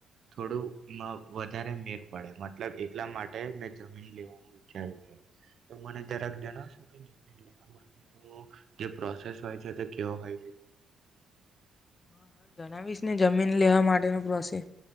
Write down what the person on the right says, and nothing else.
થોડુંમાં વધારે મેર પડે મતલબ એટલા માટે મેં જમીન લેવાનું વિચાર્યું છે, તો મને જરાક જણાવશો કે જમીન લેવા માટેનું જે પ્રોસેસ હોય છે, તે કેવો હોય છે?